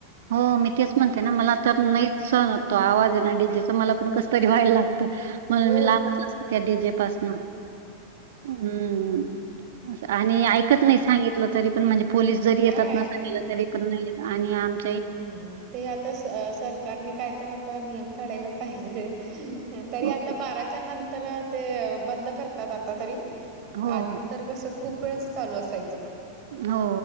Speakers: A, on the right (about 55°); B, on the right (about 40°).
A: हो. मी तेच म्हणतेना. मला आता नाही सहण होतं. तो आवाज हेना डीजेचा मला पण कस तरी व्हायला लाग -- म्हणुन
B: हो.
A: मी लांबच <unintelligible> त्या डीजे पासन. हम्म आणि ऐकत नाही सांगित -- तरी पण म्हणजे पोलीस जरी
B: नाही
A: येतात ना सांगयला तरी पण नाही येत आणि आ --
B: हम्म. ते आता स -सर -- सरकारणी काय तर आता नियम काढायला पाहिजे. तरी
A: हो.
B: आता बाराच्या नंत तर ते बंद करतात आ तरी.
A: हो,
B: आधी तर कस खूप ते असं चालू असायचं.
A: हो,